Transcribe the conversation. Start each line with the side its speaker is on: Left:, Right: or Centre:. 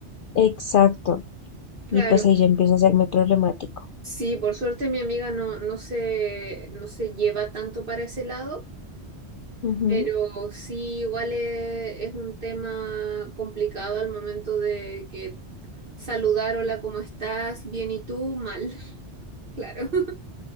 Left: Exacto.
Right: Claro.
Left: Y pues ahí ya empieza a hacerme problemático.
Right: Sí, por suerte mi amiga no, no se, no se lleva tanto para ese lado,
Left: Ujú.
Right: pero sí igual es, es un tema complicado al momento de que saludar, hola, ¿cómo estás? Bien, ¿y tú? Mal, <laughs> claro.